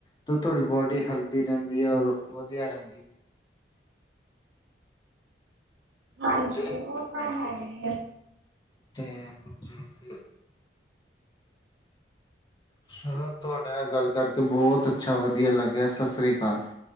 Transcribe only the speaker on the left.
ਤੇ ਤੁਹਾਡੀ ਬੋਡੀ ਹੈਲਦੀ ਰਹਿੰਦੀ ਹੈ, ਔਰ ਵਧੀਆ ਰਹਿੰਦੀ ਹੈ।
ਜੀ
ਟੈਮ ਜੀ ਤੇ। ਚਲੋ ਤੁਹਾਡੇ ਨਾਲ ਗੱਲ ਕਰਕੇ ਬਹੁਤ ਅੱਛਾ ਵਧੀਆ ਲੱਗਿਆ, ਸਤਿ ਸ੍ਰੀ ਅਕਾਲ,